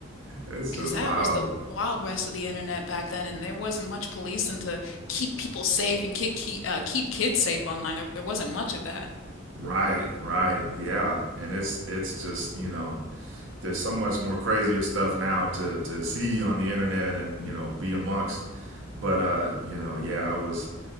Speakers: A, on the right; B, on the left.
A: it's
B: Because
A: just
B: that
A: wild.
B: was the wild west of the internet back then, and there wasn't much policing to keep people safe and keep keep, uh, keep kids safe online. There there wasn't much of that.
A: Right, right,
B: hmm
A: yeah, and it's it's just you know there's so much more crazier stuff now to to see on the internet and you know be amongst, but uh you know yeah I was